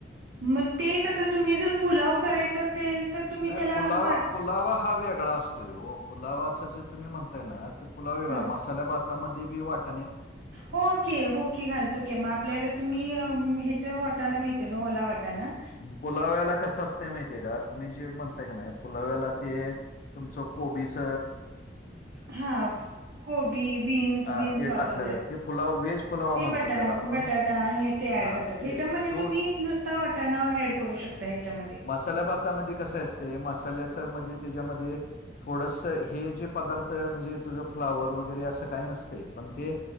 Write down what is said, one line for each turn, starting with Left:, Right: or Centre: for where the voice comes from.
Right: मग ते कसं तुम्ही जर पुलाव करायच असेल तर तुम्ही
Left: नाही
Right: त्याला
Left: पुलावा
Right: वाट
Left: पुलावा हा वेगळा असतोय पुलावाच जे तुम्ही म्हणताय ना ते पुलाव वेगळा
Right: हा
Left: मसाल्या भातामध्ये बी वाटतं
Right: हो की हो की घालतो कीमग आपल्याला तुम्ही
Left: हा
Right: वाटना मिळत ना ओला वाटाना
Left: पुलाव्याला कसं असं माहितीय का तुम्ही जे म्हणताय का नाही पुलाव्याला ते तुमचं कोबीच
Right: हा कोबी बीन्स
Left: हा
Right: बीन्स
Left: ते
Right: वापरतात.
Left: टाकलेलं ते फुलाव व्हेज फुलावा
Right: ते
Left: म्हणतो
Right: बटा
Left: त्याला आपण
Right: बटाटा आहे ते ऍड
Left: हा
Right: करतात
Left: ते
Right: ह्याच्यामध्ये
Left: तो
Right: तुम्ही नुसतं वाटणा ऍड करू शकता ह्याच्यामध्ये
Left: मसाल्या भातामध्ये कसं असते मसाल्याच मध्ये त्याच्यामध्ये थोडस हे जे पदार्थ म्हणजे तुझं फ्लावर वगैरे असं काही नसते पण ते